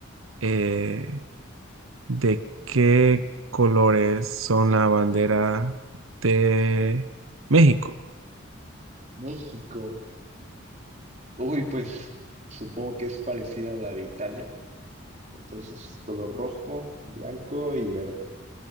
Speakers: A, on the right; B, on the right.
A: eh, ¿De qué colores son la bandera de México?
B: México. Uy, pues supongo que es parecida a la de Italia. Entonces, color rojo, blanco y verde.